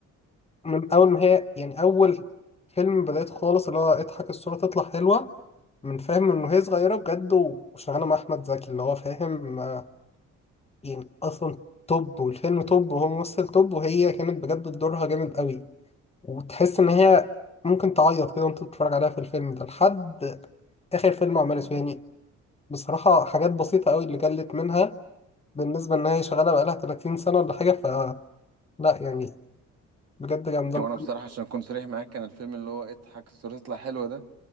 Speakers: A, on the left (about 20°); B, on the right (about 55°).
A: من أول ما هي يعني أول فيلم بدأت خالص اللي هو اضحك الصورة تطلع حلوة من فاهم إنه هي صغيرة بجد و- وشغالة مع أحمد زكي اللي هو فاهم آه، يعني أصلا توب والفيلم توب وهو ممثل توب وهي كانت بجد دورها جامد قوي وتحس إن هي ممكن تعيط كده وأنت بتتفرج عليها في الفيلم ده لحد آخر فيلم عمله يعني بصراحة حاجات بسيطة قوي اللي قلت منها بالنسبة إن هي شغالة بقالها 30 سنة ولا حاجة فلا يعني بجد جامدة
B: وانا بصراحة عشان اكون صريح معاك كان الفيلم اللي هو اضحك الصورة تطلع حلوة ده